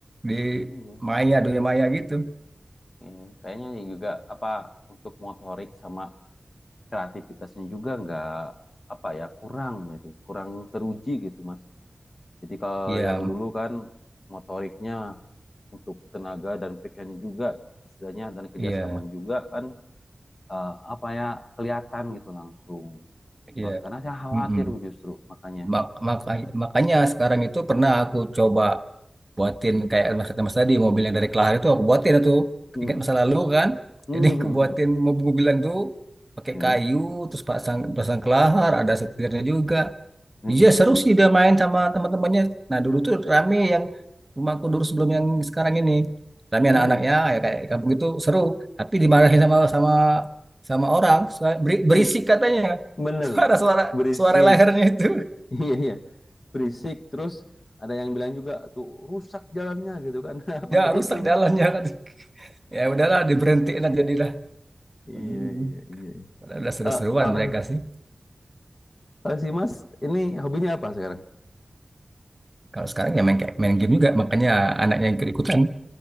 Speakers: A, on the right (about 20°); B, on the left (about 55°).
A: di
B: Iya.
A: maya dunia maya gitu
B: Iya. Kayaknya juga apa untuk motorik sama kreativitasnya juga nggak apa ya kurang gitu kurang teruji gitu mas jadi kalau
A: iya
B: yang dulu kan motoriknya untuk tenaga dan pikirannya juga istilahnya dan kerjasama
A: iya
B: juga kan eh, apa ya kelihatan gitu langsung
A: iya
B: kalau sekarang saya khawatir
A: mm-mm.
B: justru makanya
A: Mak- maka-
B: ya.
A: makanya sekarang itu pernah aku coba buatin kayak mas, mas tadi mobil yang dari Kelahar itu aku buatin itu
B: Hmm.
A: ingat masa lalu kan
B: Hmm.
A: jadi aku buatin
B: Hmm.
A: mobil-mobilan tuh pakai
B: Hmm.
A: kayu terus pasang pasang kelahar ada setirnya juga
B: Hmm.
A: Iya
B: Hmm.
A: seru sih dia main sama teman-temannya. Nah dulu tuh rame yang rumahku dulu sebelum yang sekarang ini. Rame
B: Hmm.
A: anak-anaknya ya ya kayak di kampung itu seru. Tapi dimarahin sama sama sama orang Suara- beri- berisik
B: Ih,
A: katanya.
B: bener
A: <laughs> Suara-suara
B: berisik
A: suara lehernya itu
B: <laughs> Iya iya berisik terus ada yang bilang juga tuh rusak jalannya gitu kan
A: <laughs>
B: <laughs> pakai
A: ya rusak
B: itu.
A: jalannya <laughs> katanya. Ya udahlah diberhentiin aja jadilah.
B: Iya
A: Hmm,
B: iya iya. iya.
A: Udah udah seru-seruan
B: Eh, Kalau
A: mereka sih.
B: kalau si Mas ini hobinya apa sekarang?
A: Kalau sekarang ya main kayak main game juga makanya anaknya yang ikut-ikutan.